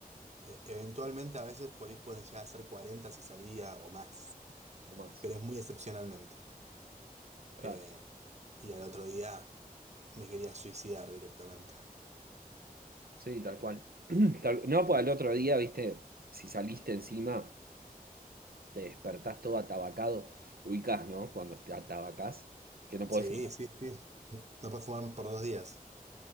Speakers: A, on the right; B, on the right.
A: Eh, eventualmente a veces por ahí pueden llegar a ser 40 si salía o más,
B: o más.
A: pero es muy excepcionalmente.
B: Claro,
A: Eh, y al otro día me quería suicidar directamente.
B: sí, tal cual. <clears throat> Tal- No, pues al otro día, viste, si saliste encima... te despertás todo atabacado, ubicás, ¿no? Cuando te atabacás, que no
A: Sí,
B: podés fumar.
A: sí, sí. No puedes fumar por dos días.